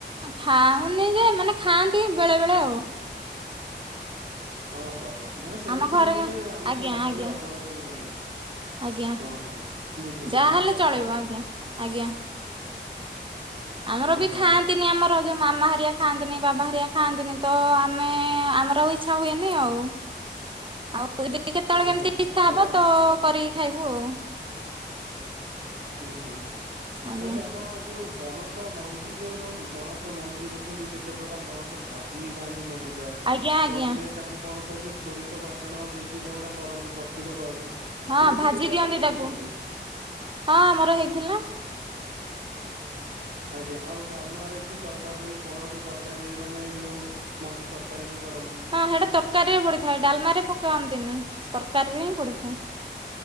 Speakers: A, on the right; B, on the right.
A: ଖାଉନି ଯେ ମାନେ ଖାଆନ୍ତି ବେଳେ ବେଳେ ଆଉ।
B: ଓହୋ ହୋ ମାନେ ସେମିତି
A: ଆମ ଘରେ
B: ନୁହଁ ଯେ ଆମିଷ
A: ଆଜ୍ଞା
B: ନହେଲେ
A: ଆଜ୍ଞା
B: ହବ ସେମିତି ନାହିଁ।
A: ଆଜ୍ଞା
B: ଅହ ବୁଝିଲି
A: ଯାହା
B: ଭଲ
A: ହେଲେ ଚଳିବ
B: ତାହେଲେ।
A: ଆଜ୍ଞା ଆଜ୍ଞା। ଆମର
B: ଓହୋ।
A: ବି ଖାଆ ନି ଆମର ଯୋଉ ମାମା ହାରିକା ଖାଆନ୍ତିନି ବାବା ହାରିଆ ଖାଆନ୍ତିନି ତ ଆମେ ଆମର ଆଉ ଇଛା ହୁଏନି ଆଉ। <inaudible> ଆଉ ଯଦି କେତେବେଳେ
B: ଓ
A: କେମିତି
B: ହୋ
A: ଇଚ୍ଛା ହବ
B: ଭଲ
A: ତ କରିକି ଖାଇବୁ ଆଉ।
B: ହୁଁ ହୁଁ
A: ଆଜ୍ଞା
B: କହିଲେ ଆପଣ ଯୋଉ ପଣସ ମଞ୍ଜି ଯୋଉ ନୁହେଁ କି ପଣସ ମଞ୍ଜି ଦେଖନ୍ତି କେତେ ପ୍ରକାର ପଣସ ଭାଜିକି ଖାଆନ୍ତି ମଞ୍ଜି ଟା
A: ଆଜ୍ଞା ଆଜ୍ଞା।
B: ନହେଲେ ତାକୁ କଣ କହିଲେ ସୋରିଷ ବାଟଣ ଦେଇକି କଣ ଗୋଟେ କରନ୍ତି ପ୍ର ସ୍ତୁତ କରନ୍ତି
A: ହଁ
B: ସେମିତି
A: ଭାଜି
B: କେବେ
A: ଦିଅନ୍ତି
B: ଆପଣ କରିଚନ୍ତି?
A: ତାକୁ ହଁ ଆମର ହେଇଥିଲା।
B: ଆଜ୍ଞା ଆଉ ଡାଲ୍ମାରେ କି ତରକାରୀରେ ବି ପଣସ ତରକାରୀ ମାନେ ଯୋଉ ମଞ୍ଜି ତରକାରୀ ବି କରନ୍ତି।
A: ହଁ ହେଟା ତରକାରୀ ରେ ପଡିଥାଏ ଡାଲମା ରେ ପକେଇନ୍ତିନି ତରକାରୀରେ ହିଁ ପଡିଥାଏ।